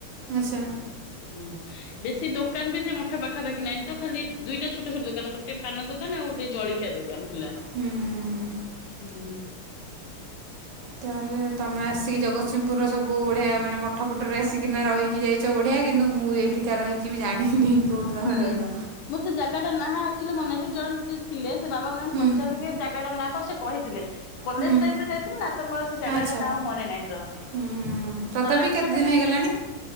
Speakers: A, on the right (about 75°); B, on the left (about 85°).
A: ଆଚ୍ଛା।
B: ହୁଁ। ବେଶୀ ଦୋକାନ ବି ସେ ମଠ ପାଖାପାଖି ନାହିଁ ତ ଖାଲି ଦିଟା ଛୋଟ ଛୋଟ ଦୋକାନ ଗୋଟେ ପାନ ଦୋକାନ ଆଉ ଗୋଟେ ଜଳଖିଆ ଦୋକାନ କାନ୍ ଥିଲା
A: ହୁଁ
B: ହଁ
A: ତାହେଲେ ତମେ ଆସିକି ଜଗତସିଂପୁରର ସବୁ ବଢିଆ ମାନେ ମଠ ପଠରେ ଆସିକିନା ରହିକି ଯାଇକି ସେ ବଢ଼ିଆ କିନ୍ତୁ ମୁଁ ଏଇଠିକା ର ହୋଇକି ବି ଜାଣିନି। କେଉଁଠି ତମେ
B: ହୁଁ
A: ରହିଲ
B: ମୋ ସେ ଜାଗାଟା ନା ଏକ୍ଟୁଲି ମନେ ସେ ଜଣେ ଥିଲେ ସେ ବାବା ମେ
A: ହୁଁ
B: ପଚାରିଲିକି ଜାଗା ଟା ନାଁ କଣ ସେ କହିଥିଲେ କଲେଜ
A: ହୁଁ
B: ଟାଇମ ରେ ଯାଇଥିଲେ ନା ତମର ସେ ଜାଗା
A: ଆଚ୍ଛା
B: ଟା ନା ଆ ମନେ ନାହିଁ ତ
A: ହୁଁ ତଥାପି
B: କଲେଜ
A: କେତେ
B: ମାନେ
A: ଦିନ
B: ଏମିତ
A: ହେଇଗଲାଣି